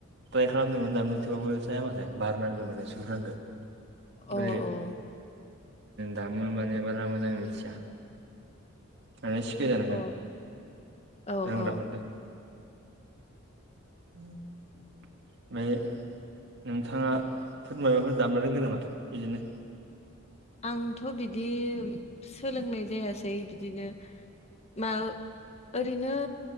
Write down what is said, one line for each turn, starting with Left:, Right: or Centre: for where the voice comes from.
Right: ट्राय खालामदोंमोन थारमाने थेवबाबो जाया माथो बारनांगौ माने सिफुं दामनो।
Left: अ
Right: बै
Left: अ
Right: दामो माने बारा मोजां मिथिया। माने सिखायजानांगोन
Left: अ औ
Right: रोंग्रा
Left: औ
Right: फोरजों। <inaudible> ओमफ्राय नोंथाङा फोरमायबाफोर दामनो रोंगोन नामा बिदिनो?
Left: आंथ' बिदि सोलोंनाय जायासै बिदिनो मा ओरैनो